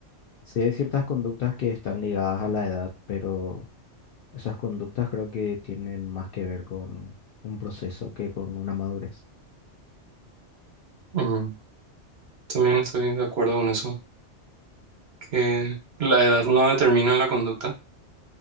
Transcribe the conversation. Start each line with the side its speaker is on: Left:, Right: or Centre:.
Left: Sí hay ciertas conductas que están ligadas a la edad, pero Esas conductas creo que tienen más que ver con un proceso que con una madurez.
Right: Mm, También estoy de acuerdo con eso. que la edad no determina la conducta,